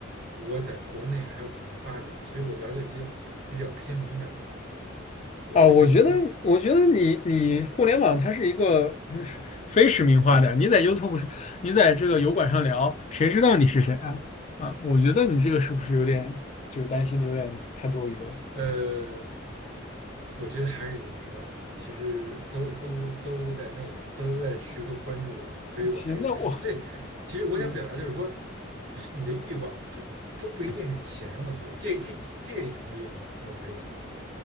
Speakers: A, on the right (about 65°); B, on the left (about 35°).
A: 我在国内还有可能发展，所以我聊这些比较偏敏感的话题，我会担心。
B: 啊，我觉得我觉得你你互联网它是一个是非实名化的呀，你在 YouTube 是你在这个油管上聊，谁知道你是谁啊？啊，我觉得你这个是不是有点就是担心的有点太多余了？
A: 呃，我觉得还是有人知道的，其实都都都在那个都在时刻关注着我，所以我还是这。
B: 行，那我
A: 其实我想表达就是说，
B: 嗯。
A: 是你的欲望不不不一定是钱，我觉得这这这这个你同意吗？那我不知道。